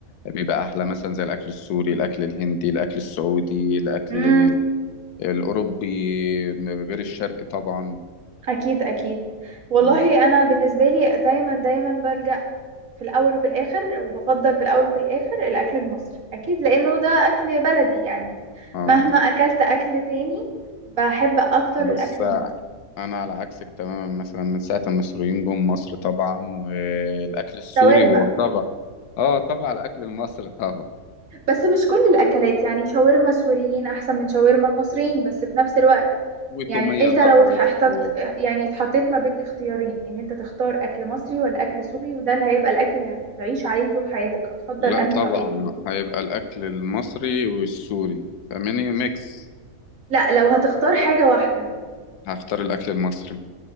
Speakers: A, on the left (about 80°); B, on the right (about 60°).
A: بيبقى احلى مثلا زي الاكل السوري الاكل الهندي الاكل السعودي الاكل
B: امم
A: الأوروبي م- غير الشرقي طبعا
B: اكيد اكيد والله
A: مم.
B: انا بالنسبه لي دايما دايما بلجأ في الاول وفي الاخر وبفضل في الاول وفي الاخر الاكل المصري اكيد لانه ده اكل بلدي يعني
A: آه.
B: مهما اكلت اكل تاني بحب اكتر
A: بس
B: الاكل
A: آه،
B: المصري
A: أنا على عكسك تماما مثلا من ساعة ما المصريين جم مصر طبعا والأكل السوري
B: شاورما
A: هو طغى اه طغى على الأكل المصري طغى
B: بس مش كل الاكلات يعني شاورما السوريين احسن من شاورما المصريين بس في نفس الوقت
A: وتومية
B: يعني انت
A: ظهرت
B: لو احتط
A: و...
B: يعني اتحطيت ما بين اختيارين ان انت تختار اكل مصري ولا اكل سوري وده اللي هيبقى الاكل اللي هتعيش عليه طول حياتك هتفضل
A: لا
B: انهي
A: طبعا
B: رأيك
A: هيبقى الأكل المصري والسوري فمني ميكس
B: لا لو هتختار حاجة واحدة
A: هختار الأكل المصري